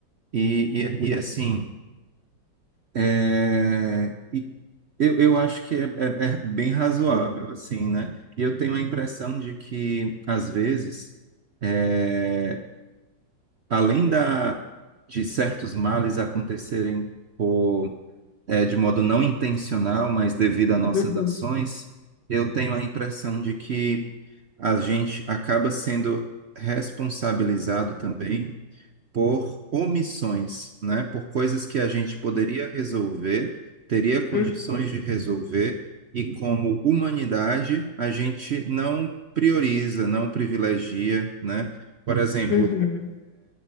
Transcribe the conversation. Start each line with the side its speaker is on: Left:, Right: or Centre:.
Right: E, e, e assim, é, e eu, eu acho que é, é- é bem razoável, assim, né? E eu tenho a impressão de que, às vezes, é, além da, de certos males acontecerem por, eh, de modo não intencional, mas devido a nossas
Left: Uhum.
Right: ações, eu tenho a impressão de que a gente acaba sendo responsabilizado também por omissões, né? Por coisas que a gente poderia resolver, teria condições
Left: Sim.
Right: de resolver, e como humanidade, a gente não prioriza, não privilegia, né? Por exemplo,
Left: Uhum.